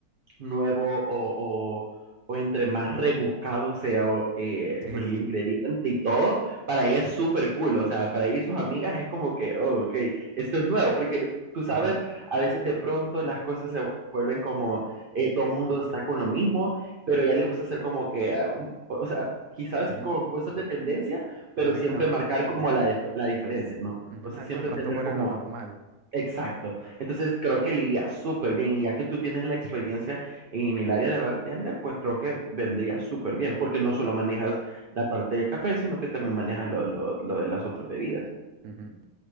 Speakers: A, on the right; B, on the right.
A: nuevo o, o, o entre más rebuscado sea o, eh,
B: Sí,
A: el
B: sí, sí.
A: ingrediente y todo, para ella es súper cool. O sea, para ella y sus amigas es como que, oh, ok, esto es nuevo, porque tú sabes,
B: Ujú,
A: a veces de pronto las cosas se vuelven como eh, todo mundo está con lo mismo, pero a ella le gusta hacer como que, ah, um, o o sea, quizás
B: ujú,
A: con cosas de tendencia, pero
B: Exactamente.
A: siempre marcar como la, dif- la diferencia, ¿no?
B: Ujú,
A: O sea,
B: Algo
A: siempre
B: de pronto
A: tener
B: fuera
A: como
B: de lo normal.
A: Exacto. Entonces creo que le iría súper bien. Y ya que tú tienes la experiencia en el área de bartender, pues creo que vendría súper bien, porque no solo manejas la parte del café, sino que también manejas lo, lo- lo de las otras bebidas.
B: Ujú.